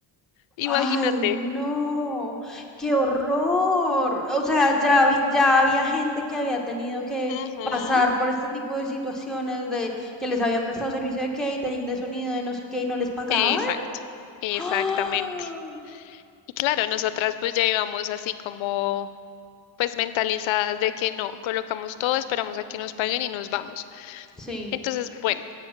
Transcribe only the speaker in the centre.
Ay, no, qué horror. O sea, ya vi- ya había gente que había tenido que
pasar por este tipo de situaciones de que les habían prestado servicio de catering, de sonido, de no sé qué y no les pagaban.
¡Ah!
Sí,